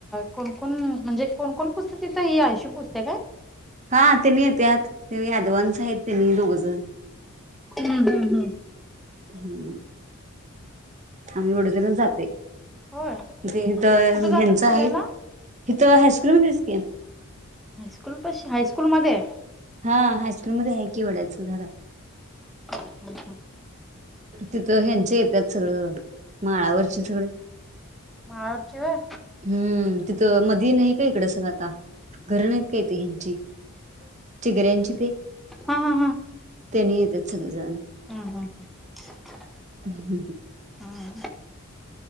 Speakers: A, in the centre; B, on the right.
A: कोणकोण म्हणजे कोणकोण पुजतेत तिथं. ही आयशू पुजते का?
B: हा, त्यांनी येत्यात. ते यादवांच आहेत त्यांनी दोघजण.
A: हम्म हम्म हम्म.
B: हम्म, आम्ही एवढे जणच जातोय.
A: होय
B: ह्यांच
A: कुठे जातात पुजायला
B: आहे, इथं हायस्कूलमध्येच की.
A: हायस्कूलपशी, हायस्कूल मध्ये?
B: हा, हायस्कूलमध्ये आहे की, वडाचं झाडं.
A: <inaudible>
B: तिथं ह्यांचे येत्यात सगळं, माळावरचे सगळे.
A: माळवरची व्हय.
B: हम्म, तिथं मधी नाही का इकड सगळं आता, घर नाही काय ती हेंची चिगऱ्यांची ते,
A: हा हा
B: त्यांनी येत्यात सगळेजण.
A: हा हा हा.
B: ह ह ह
A: हा.